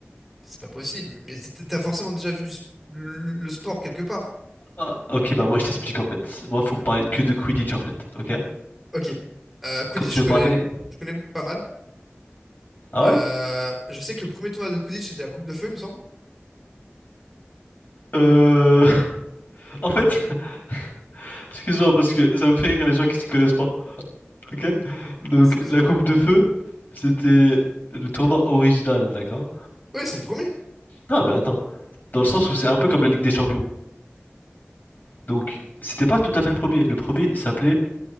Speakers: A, in the centre; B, on the left.
A: C'est pas possible, mais t- t'as forcément déjà vu du s- le le sport quelque part.
B: Ah, ok, bah moi je t'explique en fait. Moi, faut me parler que de Quidditch en fait, ok?
A: Ok. Euh, Quidditch,
B: Quand tu
A: je
B: veux
A: connais,
B: parler...
A: je connais pas mal.
B: Ah
A: Euh,
B: ouais?
A: je sais que le premier tournoi de Quidditch, c'était la Coupe de Feu, il me semble.
B: Euh... <laughs> En fait, <laughs> excuse-moi parce que ça me fait rire les gens qui s'y connaissent pas, ok? Donc,
A: Excuse-moi.
B: la coupe de feu, c'était le tournoi original, d'accord?
A: Oui, c'est le premier.
B: Non, mais attends. Dans le sens où c'est un peu comme la Ligue des Champions. Donc, c'était pas tout à fait le premier. Le premier, s'appelait